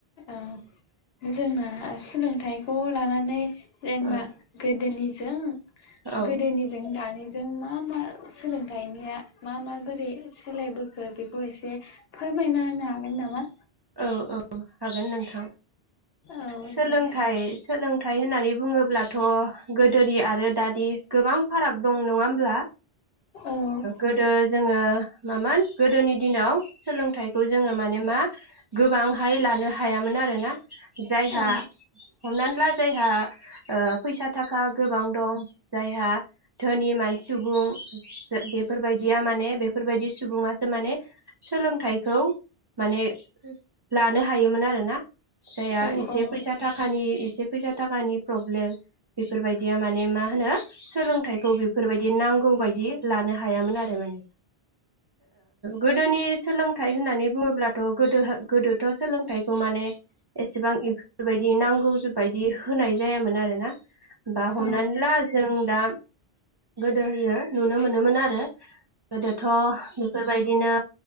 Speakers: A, on the left (about 75°); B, on the right (about 40°).
A: अ जोंना आसि सोलोंथाइखौ लानानै जेनेबा
B: ओ
A: गोदोनि जों
B: औ
A: गोदोनिजों दानिजों मा मा सोलोंथाइनिया मा माबोरै सोलायबोखो बेखौ एसे फोरमायना होनो हागोन नामा?
B: औ औ हागोन नोंथां।
A: औ
B: सोलोंथाइ
A: दे
B: सोलोंथाइ होननानै बुङोब्ला। थ' गोदोनि आरो दादि गोबां फाराग दं नङा होमब्ला?
A: औ
B: गोदो जोङो मामोन गोदोनि दिनाव सोलोंथाइखौ जोङो माने मा गोबांहाय लानो हायामोन आरोना। जायहा
A: औ
B: हमनानै ला जायहा फैसा थाखा गोबां दं। जायहा धोनि मानसि सुबुं बेफोरबायदिया माने बे बेफोरबायदि सुबुङासो माने सोलोंथाइखौ माने लानो हायोमोन आरो ना जाया
A: औ
B: एसे
A: औ
B: फैसा थाखानि एसे फैसा था थाखानि प्रब्लेम बेफोरबायदिया माने मा होनो सोलोंथाइखौ बेफोरबायदि नांगौ बायदि लानो हा हायामोन आरो माने गोदोनि सोलोंथाइ होननानै बुङोब्ला गोदो गोदोथ' सोलोंथाइखौ माने एसेबां बेफोरबायदि नांगौ बायदि होनाय जायामोन आरोना बा हमनानै
A: औ
B: ला जों दा गोदो होयो नुनो मोनोमोन आरो गोदोथ' बेफोरबायदिनो